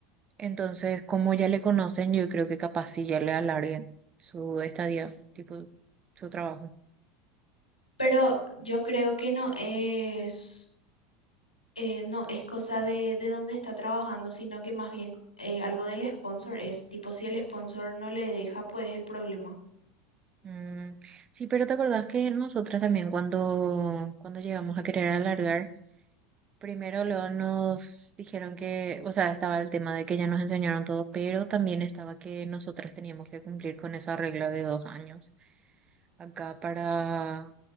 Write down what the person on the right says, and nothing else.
Entonces, como ya le conocen, yo creo que capaz sí ya le alarguen su estadía, tipo su trabajo.
Mm, sí, pero ¿te acordás que nosotras también cuando, cuando llegamos a querer alargar, primero luego nos dijeron que, o sea, estaba el tema de que ya nos enseñaron todo, pero también estaba que nosotras teníamos que cumplir con esa regla de dos años. acá para...